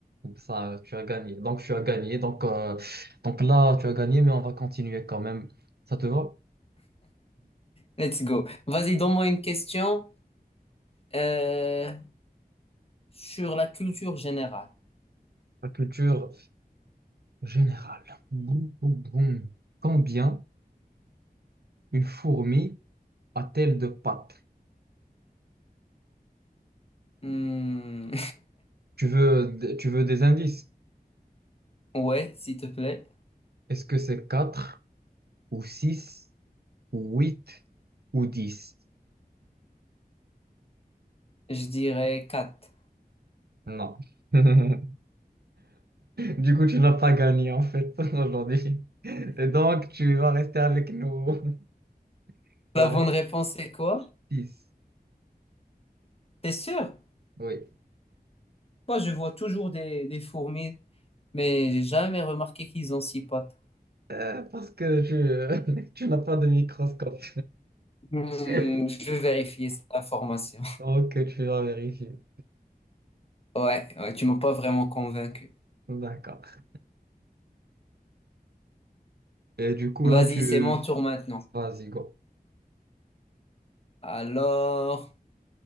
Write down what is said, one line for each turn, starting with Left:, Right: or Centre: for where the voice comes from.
Right: Ça, tu as gagné. Donc, tu as gagné. Donc, euh, donc là, tu as gagné, mais on va continuer quand même. Ça te va?
Left: let's go. Vas-y, donne-moi une question euh, sur la culture générale.
Right: La culture générale. Boum, boum, boum. Combien une fourmi a-t-elle de pattes?
Left: Hmm,
Right: Tu veux, tu veux des indices?
Left: <laughs> Ouais, s'il te plaît.
Right: Est-ce que c'est 4 ou 6 ou 8 ou dix
Left: Je dirais 4.
Right: Non. <laughs> Du coup, tu n'as pas gagné en fait <laughs> aujourd'hui. Et donc, tu vas rester avec nous. <laughs> La
Left: La bonne
Right: réponse
Left: réponse, c'est quoi?
Right: 6.
Left: T'es sûr?
Right: Oui.
Left: Moi, je vois toujours des, des fourmis, mais j'ai jamais remarqué qu'ils ont six pattes.
Right: Euh, parce que tu, <laughs> tu n'as pas de microscope.
Left: Hmm,
Right: <laughs>
Left: je vais vérifier cette information. <laughs>
Right: Ok, tu vas vérifier.
Left: Ouais, ouais, tu m'as pas vraiment convaincu.
Right: D'accord. Et du coup,
Left: Vas-y,
Right: là, tu...
Left: c'est mon tour maintenant.
Right: Vas-y, go.
Left: Alors,